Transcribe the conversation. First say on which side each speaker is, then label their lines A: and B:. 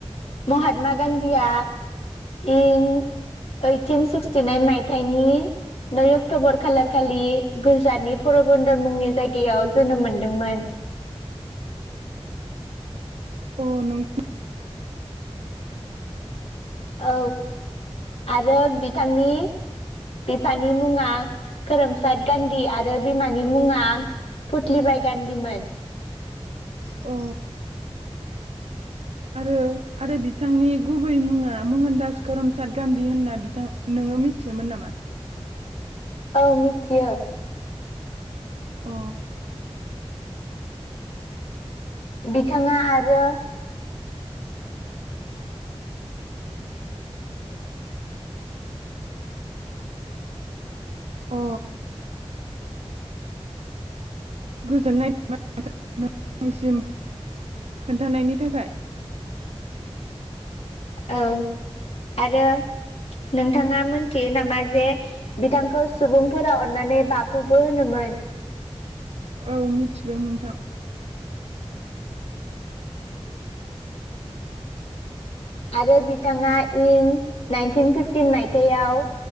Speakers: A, on the left; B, on the right.
A: महात्मा गान्धीया इं ओइटिन सिक्सटिनाइन मायथाइनि नै अक्टबर खालारखालि गुजरातनि परबन्दर मुंनि जायगायाव जोनोम मोनदोंमोन।
B: अ नों
A: औ आरो बिथांनि बिफानि मुङा खोरोमसाद गान्धी आरो बिमानि मुङा फुत्लिबाइ गान्धीमोन।
B: अ। आरो आरो बिथांनि गुबै मुङा महनदास कमचान्द गान्धी होनना बिथां नोङो मिथियोमोन नामा?
A: औ मिथियो।
B: अ।
A: बिथाङा आरो
B: अ गोजोननाय <unintelligible> निसिम खोन्थानायनि थाखाय।
A: औ आरो नोंथाङा मोनथियो नामा जे बिथांखौ सुबुंफोरा अननानै बाफुबो होनोमोन?
B: औ मिथिगौ नोंथां।
A: आरो बिथाङा इं नाइनटिन फिफ्टिन मायथायाइयाव